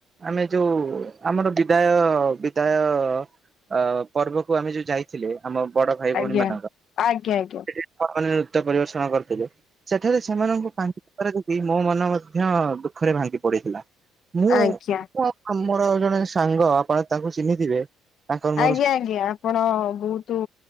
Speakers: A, on the right; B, on the left.
A: ଆମେ ଯୋଉ ଆମର ବିଦାୟ ବିଦାୟ ଅ ପର୍ବକୁ ଆମେ ଯୋଉ ଯାଇଥିଲେ ଆମ ବଡ଼ ଭାଇ
B: ଆଜ୍ଞା।
A: ଭଉଣୀ ମାନଙ୍କ
B: ଆଜ୍ଞା ଆଜ୍ଞା
A: <unintelligible> ନୃତ୍ୟ ପରିଦର୍ଶଣ କରିଥିଲେ ସେଠାରେ ସେମାନଙ୍କୁ ପା ମୋ ମନ ମଧ୍ୟ ଦୁଃଖରେ ଭାଙ୍ଗି ପଡ଼ିଥିଲା ମୁଁ
B: ଆଜ୍ଞା ଆଜ୍ଞା
A: ମର ଜଣେ ସାଙ୍ଗ ଆପଣ ତାଙ୍କୁ ଚିହ୍ନିଥିବେ ତାଙ୍କର
B: ଆଜ୍ଞା
A: ମୋର
B: ଆଜ୍ଞା ଆପଣ ବହୁତ